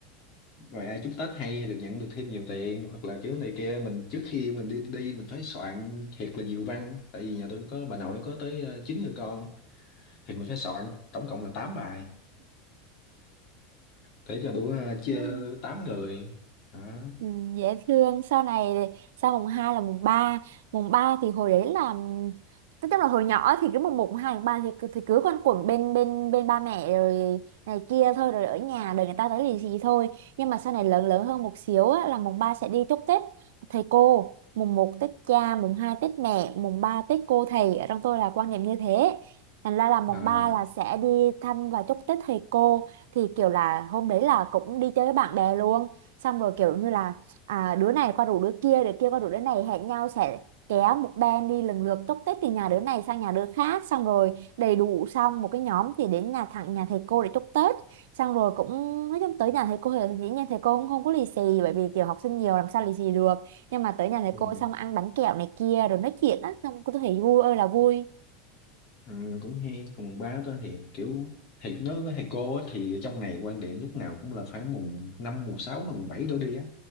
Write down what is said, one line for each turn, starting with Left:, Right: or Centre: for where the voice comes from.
Left: rồi ai chúc Tết hay thì được nhận được thêm nhiều tiền hoặc là kiểu này kia mình trước khi mình đi đi mình phải soạn thiệt là nhiều văn tại vì nhà tôi có bà nội có tới ờ, 9 người con thì mình phải soạn tổng cộng là 8 bài để cho đủ ờ, chia
Right: ừ. <laughs>
Left: 8 người đó
Right: Ừ, dễ thương sau này sau mùng 2 là mùng ba mùng 3 thì hồi đấy là tức tức là hồi nhỏ thì cứ mùng một mùng 2 mùng 3 thì, cứ- thì cứ quanh quẩn bên bên bên ba mẹ rồi này kia thôi rồi ở nhà đợi người ta tới lì xì thôi nhưng mà sau này lớn lớn hơn một xíu á, là mùng 3 sẽ đi chúc Tết thầy cô mùng một Tết cha mùng 2 Tết mẹ mùng 3 Tết cô thầy ở trong tôi là quan niệm như thế thành ra là mùng
Left: à,
Right: 3 là sẽ đi thăm và chúc Tết thầy cô thì kiểu là hôm đấy là cũng đi chơi với bạn bè luôn xong rồi kiểu như là à, đứa này qua rủ đứa kia đứa kia qua rủ đứa này hẹn nhau sẽ kéo một band đi lần lượt túc tết từ nhà đứa này sang nhà đứa khác xong rồi đầy đủ xong một cái nhóm thì đến nhà thẳng nhà thầy cô để chúc Tết xong rồi cũng nói chung tới nhà thầy cô thì dĩ nhiên thầy cô cũng không có lì xì bởi vì kiểu học sinh nhiều làm sao lì xì được nhưng mà tới nhà thầy
Left: ừ,
Right: cô xong ăn bánh kẹo này kia rồi nói chuyện á xong cô thấy vui ơi là vui
Left: ừ, cũng hay còn ba tôi thì kiểu thì nói với thầy cô á, thì ở trong này quan điểm lúc nào cũng là khoảng mùng 5 mùng 6 hay mùng 7 đổ đi á